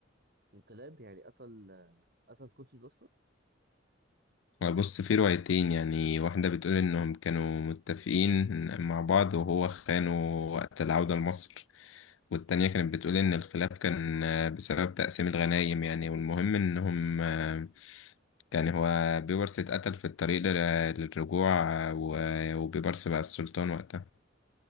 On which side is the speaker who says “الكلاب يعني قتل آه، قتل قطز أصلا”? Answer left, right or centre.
Right